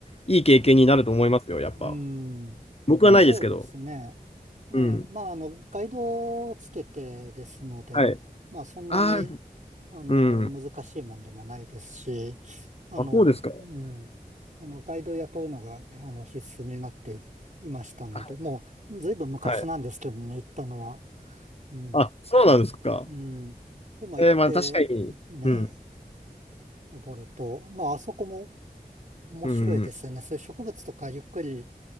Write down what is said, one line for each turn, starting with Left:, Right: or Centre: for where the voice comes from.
Left: いい経験になると思いますよ、
Right: うん。
Left: やっぱ。僕はないですけど。
Right: まあそうですね。ええ、
Left: うん。
Right: まああの、ガイドをつけてですので、
Left: はい。
Right: まあそんなに、
Left: ああ、
Right: あの、
Left: うん。
Right: 難しいもんでもないですし、あの、
Left: あ、そうですか。
Right: うん、あの、ガイドを雇うのが、あの、必須になっていましたので、
Left: あ
Right: もう、ずいぶん昔なんですけどね、
Left: はい。
Right: 行ったのは。うん、
Left: あ、そうなんですか。
Right: うん。でも行って、
Left: えー、まあ確かに。
Right: うんね、
Left: うん。
Right: 登ると、まああそこも面白いですよね。
Left: うん。
Right: そういう植物とかゆっくり